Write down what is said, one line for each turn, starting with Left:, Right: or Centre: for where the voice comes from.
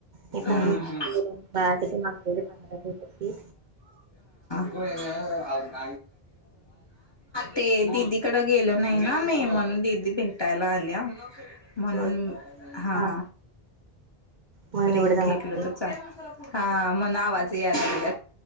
Right: ते पणं
Left: हम्म
Right: बरोबर बाबां साठी मागितली
Left: होयं ते दिदी कडं गेलो न्हांय नां मी म्हणूंन दिदी भेटांयला आंल्या म्हणूंन
Right: होय
Left: हां
Right: हा म्हणून
Left: ब्रेक
Right: एवढं सांगत
Left: घेतलं
Right: होते
Left: तं चालं हां मणं नावांज यांल असते